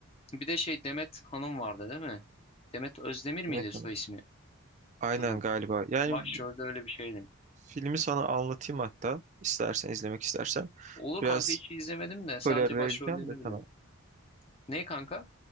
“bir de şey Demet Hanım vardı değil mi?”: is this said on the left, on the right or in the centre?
Left